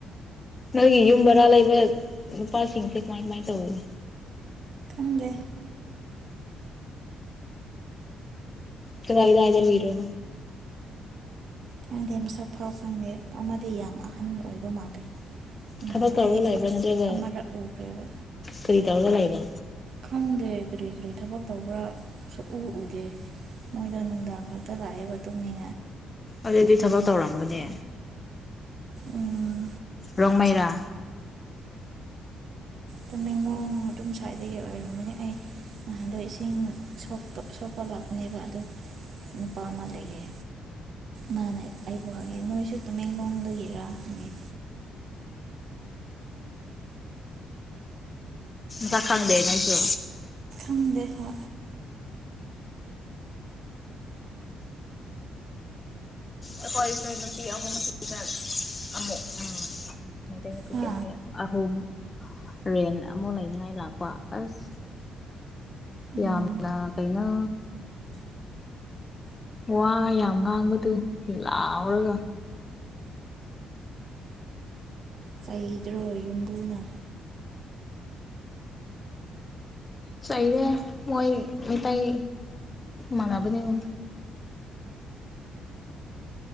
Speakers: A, on the left; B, on the right.
A: ꯅꯪꯒꯤ ꯌꯨꯝꯕꯔꯂ ꯂꯩꯕ ꯄꯥꯥꯁ ꯏꯁꯤꯡ ꯃꯥꯥꯏ ꯃꯥꯥꯏ ꯇꯧꯢ
B: ꯈꯪꯗꯦ
A: ꯀꯥꯏꯗꯥꯏ ꯀꯥꯏꯗꯂꯦ
B: ꯈꯪꯗꯦ ꯃꯁꯛ ꯐꯥꯎ ꯈꯪꯗꯦ ꯑꯃꯗꯤ ꯌꯥꯝ ꯑꯍꯟ ꯑꯣꯏꯕ ꯃꯥꯜꯂꯤ ꯅꯍꯥꯟ
A: ꯊꯕꯛ ꯇꯧꯔꯒ
B: ꯑꯩ
A: ꯂꯩꯕ꯭ꯔꯥ ꯅꯠꯇ꯭ꯔꯒ
B: ꯑꯃꯔꯛ ꯎꯈ꯭ꯔꯦꯕ
A: ꯀꯔꯤ ꯇꯧꯔꯒ ꯂꯩꯕ
B: ꯈꯪꯗꯦ ꯀꯔꯤ ꯀꯔꯤ ꯊꯕꯛ ꯇꯧꯕ꯭ꯔꯥ ꯁꯨꯛꯎ ꯎꯗꯦ ꯃꯣꯏꯗꯣꯅꯨꯡꯗꯥꯥꯡ ꯈꯛꯇ ꯂꯥꯛꯑꯦ <unintelligible>
A: ꯑꯗꯨꯗꯤ ꯊꯕꯛ ꯇꯧꯔꯝꯒꯅꯤ
B: ꯎꯝ
A: ꯔꯣꯡꯃꯩꯏꯔꯥ
B: ꯇꯃꯦꯟꯂꯣꯡ ꯑꯗꯨꯨꯝ ꯁ꯭ꯥꯏꯏꯗꯒꯤ ꯑꯣꯏꯔꯝꯒꯅꯤ ꯑꯩ ꯅꯍꯥꯟꯗꯣ ꯏꯁꯤꯡ ꯁꯣꯛꯄ ꯂꯥꯛꯄꯅꯦꯕ ꯑꯗꯨꯝ ꯅꯨꯄꯥ ꯑꯃ ꯂꯩꯌꯦ ꯃꯥꯅ ꯑꯩꯕꯨ ꯍꯪꯉꯦ ꯅꯣꯏꯁꯨ ꯇꯃꯦꯡꯂꯡꯂꯣꯡꯗꯒꯤꯔꯥ ꯍꯪꯉꯦ
A: ꯖ ꯈꯪꯗꯦ ꯑꯩꯁꯨ
B: ꯍꯗꯦꯍ
A: ꯑꯩꯈꯣꯏꯁꯨ ꯅꯨꯄꯤ ꯑꯍꯨꯝ ꯑꯁꯤꯗ ꯑꯃꯨꯛ ꯎꯝ ꯃꯩꯇꯩ ꯅꯨꯄꯤ
B: ꯍꯥ
A: ꯑꯅꯤ ꯑꯍꯨꯝ ꯔꯦꯟ ꯑꯃꯣ ꯂꯩꯅꯉꯥꯏ ꯂꯥꯛꯄ ꯑꯁ
B: ꯎꯝ
A: ꯌꯥꯝꯅ ꯀꯩꯅꯣ ꯋꯥ ꯌꯥꯝ ꯉꯥꯡꯕꯗꯨ ꯂꯥꯎꯔꯒ
B: ꯆꯩꯗ꯭ꯔꯣ ꯌꯨꯝꯕꯨꯅ
A: ꯆꯩꯏꯔꯦ ꯃꯣꯏ ꯃꯩꯇꯩ ꯃꯅꯥꯕꯅꯤꯅ